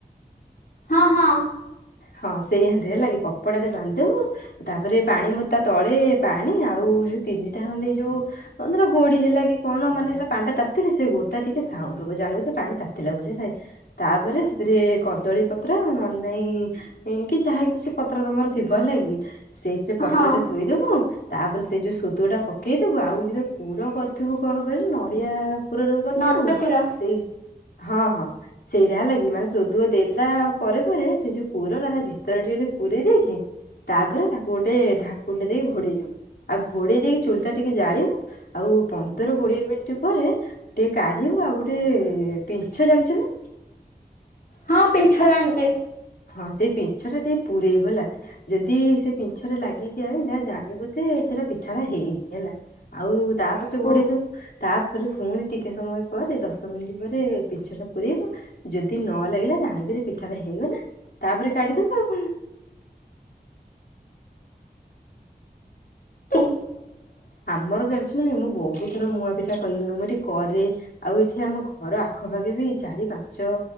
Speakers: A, on the left; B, on the left.
A: ହଁ ହଁ।
B: ହଁ ସେଇ ହାଣ୍ଡିରେ ହେଲା କି କପଡା ରେ ବାନ୍ଧିଦବୁ। ତାପରେ ପାଣି ମତା ତଳେ ପାଣି ଆଉ ଯୋଉ ତିନିଟା ଖଣ୍ଡେ ଯୋଉ ମନେ କର ଗୋଡି ହେଲା କି କଣ ମାନେ ହେଟା ପାଣି ଟା ତାତିଲେ ସେ ଗୋଡି ଟା ଟିକେ ସାଉଣ୍ଡ ହବ ଜାଣିବୁ ଜେ ପାଣି ତାତି ଲା ବୋଲି କି ହେଲା କି ତାପରେ ସେଥିରେ କଦଳୀ ପତ୍ର ନହେଲେ ନାଇଁ କି ଯାହା କିଛି ପତ୍ର ତମର ଥିବ ଲାଗି ସେଇଥିରେ ପତ୍ର
A: ହଁ
B: ଟେ ଥୋଇଦବୁ। ତାପରେ ସେ ଯୋଉ ସୋଦୁଅ ଟା ପକେଇଦବୁ ଆଉ ଯଦି ପୁର କରିଥିବୁ କଣ କହିଲୁ ନଡିଆ ପୁର ଯଦି କରିଥିବୁ
A: ନଡିଆ କୁର
B: ସେଇ ହଁ ହଁ ସେଇରା ହେଲା କି ମାନେ ଯୋଉ ଭୋଦୁଅ ଦେଲା ପରେ ପରେ ସେ ଯୋଉ ପୁର ରା ତା ଭିତରେ ଟିକେ ଟିକେ ପୁରେଇ ଦେଇକି ତାପରେ ତାକୁ ଗୋଟେ ଢାଙ୍କୁଣି ଦେଇକି ଘୋଡେଇ ଦୋବୁ। ଆଉ ଘୋଡ଼େଇ ଦେଇକି ଚୁଲି ଟା ଟିକେ ଜାଲି ବୁ ଆଉ ପନ୍ଦର କୋଡିଏ ମିନିଟ୍ ପରେ ଟିକେ କାଢିବୁ ଆଉ ଗୋଟେ ପିନ୍ଛ୍ ଜାଣିଛୁ ନା?
A: ହଁ ପିନ୍ଛ୍ ଜାଣିଛି।
B: ହଁ ସେଇ ପିନ୍ଛ୍ ଟା ଟିକେ ପୁରେଇବୁ ହେଲା। ଯଦି ସେ ପିନ୍ଛ୍ ରେ ଲାଗି ଜାଏ ଜାଣିବୁ ଯେ ସେଇ ପିଠା ଟା ହେଇନି ହେଲା। ଆଉ ତାପରେ ଯୋଉ
A: ଓ
B: ଘଡେଇଦୋବୁ ତା ତାପରେ ପୁଣି ଟିକେ ସମୟ ପରେ ଦଶ ମିନିଟ୍ ପରେ ପିନ୍ଛ୍ ଟା ପୁରେଇବୁ ଯଦି ନ ଲାଗିଲା ଜାଣିବୁ ଯେ ପିଠା ଟା ହେଇଗଲା ତାପରେ କାଢିଦୋବୁ ଆଉ କଣ।
A: <unintelligible>
B: ଆମର ଯାଣିତି ମୁଁ ବହୁତ ଥର ମୁୂଆ ପିଠା କଲିିଣି ମୁଁ ଏଠି କରେ ଆଉ ଏଠି ଆମ ଘର ଆଖପାଖେ ବି ଚାରି ପାଞ୍ଚ